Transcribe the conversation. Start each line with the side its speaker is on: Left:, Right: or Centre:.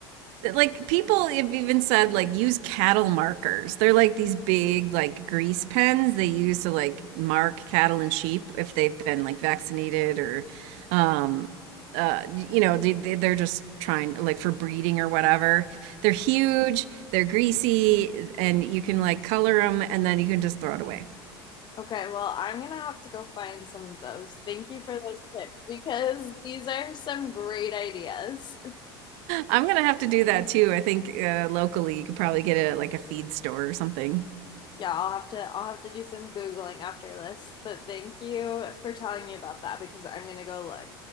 Right: like people have even said like use cattle markers they're like these big like grease pens they use to like mark cattle and sheep if they've been like vaccinated or um uh you know they, they- they're just trying like for breeding or whatever they're huge they're greasy and you can like color them and then you can just throw it away
Left: Okay, well I'm gonna have to go find some of those. Thank you for those tips because these are some great ideas.
Right: i'm gonna have to do that too i think uh locally you could probably get it at like a feed store or something
Left: Yeah, I'll have to I'll have to do some Googling after this, but thank you for telling me about that because I'm gonna go look.